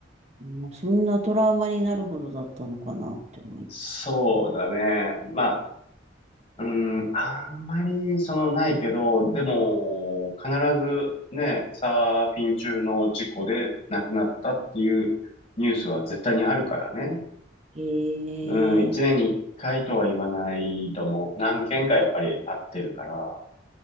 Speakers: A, on the right (about 35°); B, on the left (about 30°).
A: もうそんなトラウマになるほどだったのかなって思います。
B: そうだね。まうん、あんまり、その、ないけど、でも、必ずね、サーフィン中の事故で亡くなったっていうニュースは絶対にあるからね。
A: へえ
B: うん、一年に一回とは言わないと思う。何件かやっぱりあってるから。